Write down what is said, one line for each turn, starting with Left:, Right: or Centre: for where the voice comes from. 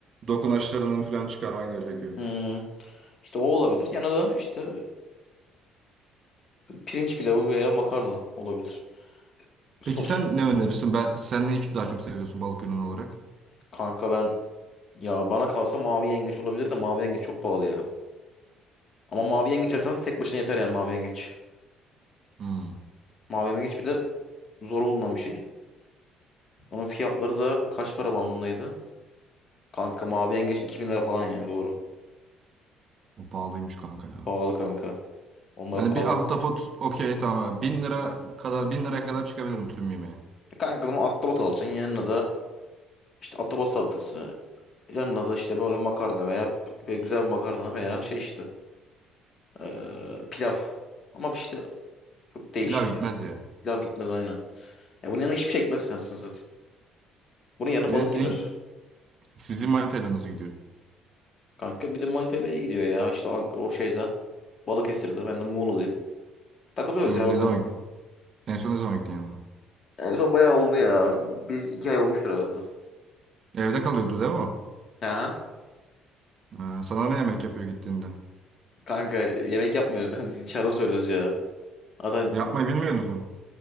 Right: dokunaçlarını falan çıkarman gerekiyor.
Left: Hmm. İşte o olabilir. Yanına da işte pirinç pilavı veya makarna olabilir. Sos.
Right: Peki sen ne önerirsin? Ben sen neyi daha çok seviyorsun balık ürünü olarak?
Left: Kanka ben ya bana kalsa mavi yengeç olabilir de mavi yengeç çok pahalı ya. Ama mavi yengeç alsan tek başına yeter yani mavi yengeç.
Right: Hmm,
Left: Mavi yengeç bir de zor bulunan bir şey. Onun fiyatları da kaç para bandındaydı? Kanka mavi yengeç 2000 lira falan yani doğru.
Right: o pahalıymış kanka ya.
Left: Pahalı kanka. Onlar
Right: Yani
Left: pahalı.
Right: bir ahtapot okey tamam. Yani Bin lira kadar bin liraya kadar çıkabilirim tüm yemeğe.
Left: E kanka o zaman ahtapot alacaksın. Yanına da işte ahtapot salatası. Yanına da işte böyle makarna veya böyle güzel bir makarna veya şey işte eee, pilav. Ama işte çok değişik
Right: Pilav gitmez
Left: ya.
Right: ya.
Left: Pilav gitmez aynen. Ya bunun yanına hiçbir şey gitmez kanısını satayım. Bunun yanına
Right: E
Left: balık
Right: sizin
Left: gider.
Right: sizin manitayla nasıl gidiyor?
Left: Kanka bizim Manitalya'ya gidiyor ya. İşte o, o şeyde. Balıkesir'de. Ben de Muğla'dayım. Takılıyoruz
Right: Hmm,
Left: ya bakalım.
Right: ne zaman gittin? En son ne zaman gittin yanına?
Left: En son bayağı oldu ya. Bir iki ay olmuştur herhalde.
Right: Evde kalıyordu değil mi? o?
Left: Aha.
Right: Ha, sana ne yemek yapıyor gittiğinde?
Left: Kanka yemek yapmıyoruz. Ben <laughs> dışarıdan söylüyoruz ya. Zaten
Right: Yapmayı bilmiyorsunuz mu?